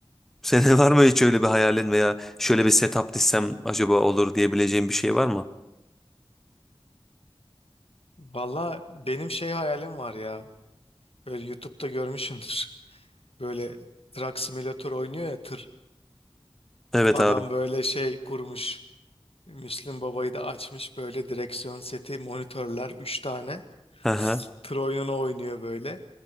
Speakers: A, in the centre; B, on the left.
A: Senin <laughs> var mı hiç öyle bir hayalin veya şöyle bir setup dizsem acaba olur diyebileceğim bir şey var mı?
B: Valla benim şey hayalim var ya. Böyle YouTube'da görmüşsündür. <laughs> Böyle Truck Simulator oynuyor ya tır.
A: Evet
B: Adam
A: abi.
B: böyle şey kurmuş. Müslüm Baba'yı da açmış böyle direksiyon seti, monitörler 3 tane.
A: Hı hı.
B: Tır oyununu oynuyor böyle.